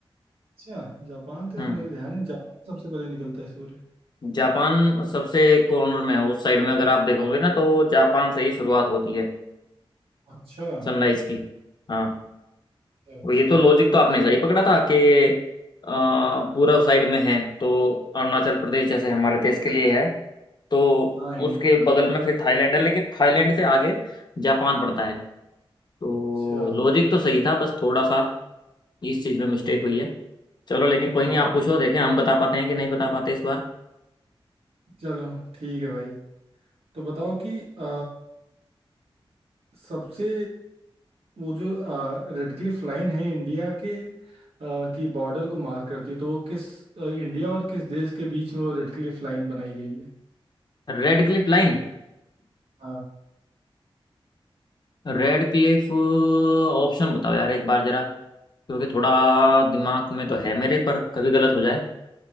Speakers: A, on the right (about 85°); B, on the left (about 50°).
A: अच्छा जापान तो
B: हम्म
A: यार मेरे ध्यान में जापान सबसे पहले निकलता है सूर्य
B: जापान सबसे कॉर्नर में है उस साइड में अगर आप देखोगे ना तो जापान से ही शुरुआत होती है
A: अच्छा
B: सनराइज की हाँ
A: अच्छा
B: और ये तो लॉजिक तो आपने सही पकड़ा था कि अ, पूर्व साइड में है तो अरुणाचल प्रदेश
A: अच्छा।
B: जैसे हमारे देश के लिए है तो
A: हाँ इंडियन
B: उसके
A: का
B: बगल
A: सबसे
B: में
A: ज्यादा
B: फिर थाईलैंड है लेकिन थाईलैंड से आगे जापान पड़ता है तो
A: अच्छा
B: लॉजिक तो सही था बस थोड़ा सा इस चीज़
A: हम्म,
B: में मिस्टेक हुई है चलो लेकिन कोई
A: जापान
B: नहीं आप पूछो देखें हम बता पाते हैं कि नहीं बता पाते इस बार
A: चलो ठीक है भाई तो बताओ कि अ, सबसे वो जो रेडक्लिफ लाइन है इंडिया के अ, की बॉर्डर को मार्क करती है तो वो किस अ, इंडिया और किस देश के बीच में वो रेडक्लिफ लाइन बनाई गई है
B: Radcliffe line
A: हाँ
B: Radcliffe option बताओ यार एक बार जरा क्योंकि थोड़ा दिमाग में तो है मेरे पर कभी गलत हो जाए